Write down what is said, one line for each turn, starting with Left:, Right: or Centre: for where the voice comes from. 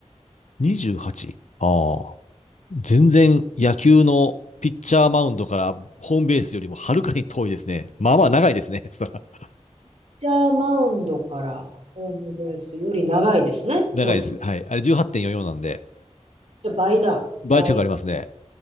Left: 28? ああ。全然野球のピッチャーマウンドからホームベースよりもはるかに遠いですね。まあまあ長いですね。<laughs> そしたら。
Right: ピッチャーマウンドからホームベースより長いですね。
Left: 長いです。
Right: そうそう。
Left: はい。あれ18.44なんで、
Right: じゃあ倍だ。
Left: 倍近くありますね。
Right: 倍。